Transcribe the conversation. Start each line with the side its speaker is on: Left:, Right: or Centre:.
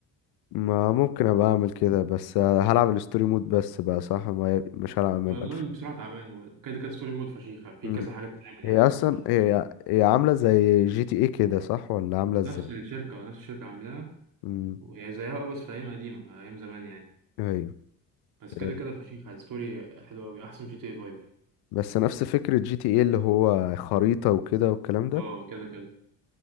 Left: ما ممكن ابقى اعمل كده بس هلعب الستوري مود بس بقى صح ما ي... مش هلعب ما
Right: والأونلاين
Left: يبقاش
Right: بصراحة تعبان هو كده كده ستوري مود فشيخة في
Left: مم.
Right: كذا حاجة تتعمل يعني
Left: هي اصلا
Right: تعطيل.
Left: هي هي عاملة زي جي تي ايه كده صح ولا عاملة ازاي
Right: نفس الشركة نفس الشركة عاملاها
Left: مم.
Right: وهي زيها اه بس في ايام قديمه ايام زمان يعني
Left: ايوه
Right: بس كده
Left: آه،
Right: كده فشيخه الستوري حلوه قوي احسن جي تي اي 5
Left: بس نفس فكرة جي تي ايه اللي هو خريطة وكده والكلام ده
Right: اه كده كده